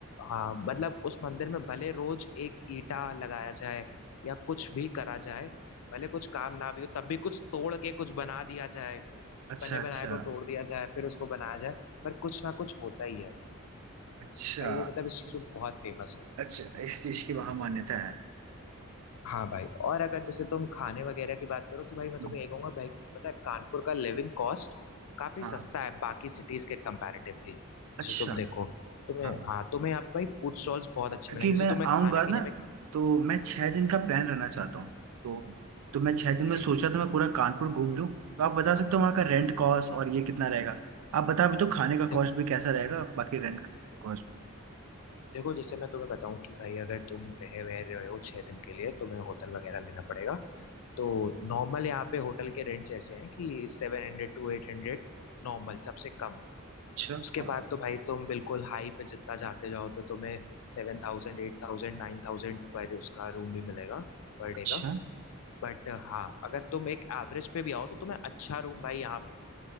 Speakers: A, on the left; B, on the right.
A: हाँ मतलब उस मंदिर में भले रोज एक ईंटा लगाया जाए या कुछ भी करा जाए भले कुछ काम ना भी हो तब भी कुछ तोड़ के कुछ बना दिया जाए
B: अच्छा
A: बने
B: अच्छा
A: बनाए को तोड़ दिया जाए फिर उसको बनाया जाए पर कुछ ना कुछ होता ही है
B: अच्छा
A: भाई वो मतलब इस चीज में बहुत फेमस है
B: अच्छा इस चीज की वहां मान्यता है
A: हाँ भाई और अगर जैसे तुम खाने वगैरह की बात करो तो भाई
B: हम्म,
A: मैं तुम्हें ये कहूंगा भाई पता है कानपुर का लिविंग कॉस्ट काफी
B: हाँ
A: सस्ता है बाकी सिटीज के कंपैरेटिवली
B: अच्छा
A: जैसे तुम देखो तुम्हें
B: हाँ हाँ।
A: हाँ तुम्हें यहाँ पे भाई फूड स्टॉल्स बहुत अच्छे
B: क्योंकि
A: मिलेंगे
B: मैं
A: जैसे तुम्हें
B: आऊंगा
A: खाने पीने
B: ना
A: में
B: तो मैं छह दिन का प्लान रहना चाहता हूँ तो तो मैं छह
A: ओके
B: दिन में सोचा तो मैं पूरा कानपुर घूम लूँ तो आप बता सकते हो वहाँ का रेंट कॉस्ट और ये कितना रहेगा आप बता भी तो खाने का
A: देख,
B: कॉस्ट भी कैसा रहेगा बाकी रेंट कॉस्ट
A: देखो जैसे मैं तुम्हें बताऊं कि भाई अगर तुम रहे वह रहे हो छह दिन के लिए तुम्हें होटल वगैरह लेना पड़ेगा तो नॉर्मल यहाँ पे होटल के रेंट्स ऐसे हैं कि सेवन हंड्रेड टू एट हंड्रेड नॉर्मल सबसे कम
B: अच्छा
A: उसके
B: हाँ
A: बाद तो भाई तुम बिल्कुल हाई पे जितना जाते जाओ तो तुम्हें सेवन थाउजेंड एट थाउजेंड नाइन थाउजेंड पर उसका रूम भी मिलेगा पर
B: अच्छा
A: डे का बट हाँ अगर तुम एक एवरेज पे भी आओ तो तुम्हें अच्छा रूम भाई यहाँ